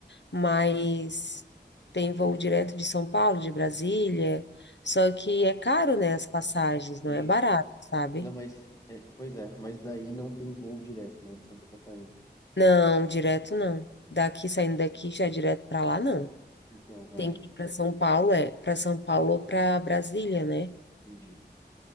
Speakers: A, on the left (about 80°); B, on the left (about 20°).
A: Mas tem voo direto de São Paulo, de Brasília. Só que é caro, né? As passagens, não
B: Tem.
A: é barato, sabe?
B: Não, mas. é, pois é, mas daí não tem voo direto, né, de Santa Catarina.
A: Não, direto não. Daqui, saindo daqui, já direto para lá, não.
B: Então,
A: Tem
B: é,
A: que ir para São Paulo, é, para São Paulo ou para Brasília, né?
B: entendi.